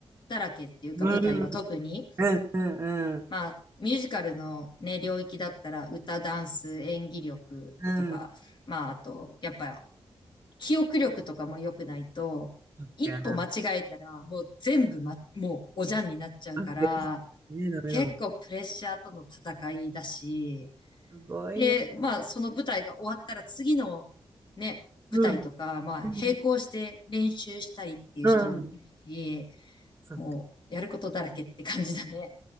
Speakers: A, on the left (about 50°); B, on the right (about 25°).
A: だらけっていうか舞台は特に。
B: うん、うん、うん、うん。
A: まあ、ミュージカルのね、領域だったら歌、ダンス、演技力とか、
B: うん。
A: まあ、あと、やっぱ、り記憶力とかも良くないと、
B: そっか
A: 一歩間違えたら、もう全部ま、もうおじゃんになっちゃうから、
B: あ、です。ねえ、ダメだもん。
A: 結構プレッシャーとの戦いだし、
B: すごいね。
A: で、まあ、その舞台が終わったら次のね、
B: うん。
A: 舞台とか、まあ、
B: うん。
A: 並行して練習したりっていう人もいるし、
B: うんそっか。
A: もう、やることだらけって感じだね。